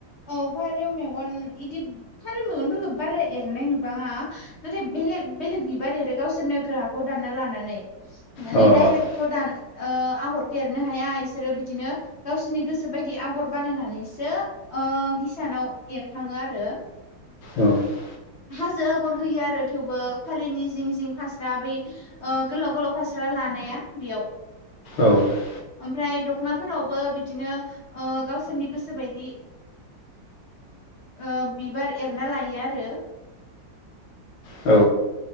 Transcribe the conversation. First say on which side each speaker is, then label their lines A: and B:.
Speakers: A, on the left; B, on the left.
A: औ फारौव मेगन बिदि फारौ मेगनफोरखौ बारा एरनाय नुबाङा नाथाय बेलेग, बेलेग बिबार एरो गावसोरनो ग्राबाव दानना लानानै माने
B: अ
A: डाइरेक्ट
B: अ
A: थ' दान ओ आ आगरखेरनो हाया इसोरो बिदिनो गावसोरनि गोसो बायदि आगर बानायनानैसो, ओ हिसानाव एरखांङो आरो
B: औ
A: हाजो आगर होयो आरो थेवबो फालिनि जिं जिं फास्रा बै ओ गोलाव गोलाव फास्रा लानाया बेयाव
B: औ
A: ओमफ्राय दख'नाफोरावबो बिदिनो ओ गावसोरनि गोसो बायदि ओ बिबार एरना लायो आरो
B: औ